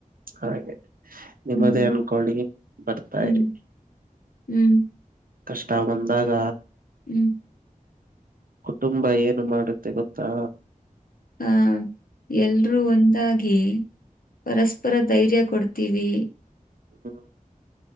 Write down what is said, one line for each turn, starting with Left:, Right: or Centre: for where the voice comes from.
Right: ಹಾಗೆ ನಿಮ್ಮದೇ
Left: ಹ್ಮ್
Right: ಅನ್ಕೊಳ್ಳಿ ಬರ್ತಾ
Left: ಹ್ಮ್
Right: ಇರಿ.
Left: ಹ್ಮ್
Right: ಕಷ್ಟ ಬಂದಾಗ
Left: ಹ್ಮ್
Right: ಕುಟುಂಬ ಏನು ಮಾಡುತ್ತೆ ಗೊತ್ತಾ.
Left: ಹಾ ಎಲ್ರೂ ಒಂದಾಗಿ ಪರಸ್ಪರ ಧೈರ್ಯ ಕೊಡ್ತೀವಿ.
Right: ಹ್ಮ್